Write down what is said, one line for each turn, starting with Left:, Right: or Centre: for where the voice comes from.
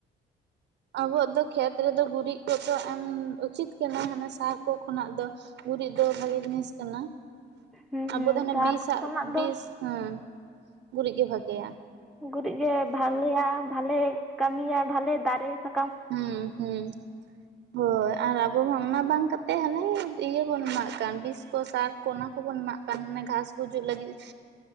Right: ᱟᱵᱚᱣᱟᱜ ᱫᱚ ᱠᱷᱮᱛ ᱨᱮᱫᱚ ᱜᱩᱨᱤᱜ ᱠᱚᱫᱚ ᱮᱢ ᱩᱪᱤᱛ ᱠᱟᱱᱟ ᱦᱟᱱᱮ ᱥᱟᱨ ᱠᱚ ᱠᱷᱚᱱᱟᱜ ᱫᱚ, ᱜᱩᱨᱤᱜ ᱫᱚ ᱵᱷᱟᱜᱤ ᱡᱤᱱᱤᱥ ᱠᱟᱱᱟ
Centre: ᱦᱩᱸ
Right: ᱟᱵᱚ ᱫᱚ ᱦᱟᱱᱮ
Centre: ᱥᱟᱨ
Right: ᱵᱤᱥᱟᱜ
Centre: ᱠᱚ ᱠᱷᱚᱱᱟᱜ ᱫᱚ
Right: ᱵᱤᱥ, ᱦᱩᱸ ᱜᱩᱨᱤᱜ ᱜᱮ ᱵᱷᱟᱜᱮᱭᱟ᱾
Centre: ᱜᱩᱨᱤᱜ ᱜᱮ ᱵᱷᱟᱞᱮᱭᱟ ᱵᱷᱟᱞᱮ ᱠᱟᱹᱢᱤᱭᱟ ᱵᱷᱟᱞᱮ ᱫᱟᱨᱮ ᱥᱟ
Right: ᱦᱩᱸ ᱦᱩᱸ᱾ ᱦᱳᱭ ᱟᱨ ᱟᱵᱚ ᱢᱟ ᱚᱱᱟ ᱵᱟᱝ ᱠᱟᱛᱮᱫ ᱦᱟᱱᱮ ᱤᱭᱟᱹ ᱵᱚᱱ ᱮᱢᱟᱜ ᱠᱟᱱ ᱵᱤᱥ ᱠᱚ ᱥᱟᱨ, ᱠᱚᱱᱟ ᱠᱚᱵᱚᱱ ᱮᱢᱟᱜ ᱠᱟᱱ ᱚᱱᱮ ᱜᱷᱟᱥ ᱜᱩᱡᱩᱜ ᱞᱟᱹᱜᱤᱫ